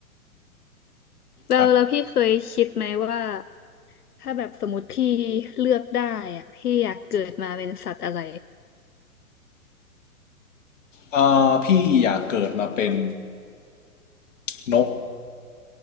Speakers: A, on the left; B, on the left.
A: แล้วแล้วพี่เคยคิดไหมว่า
B: ครับ
A: ถ้าแบบสมมติพี่เลือกได้อะพี่อยากเกิดมาเป็นสัตว์อะไร
B: เอ่อพี่อยากเกิดมาเป็นนก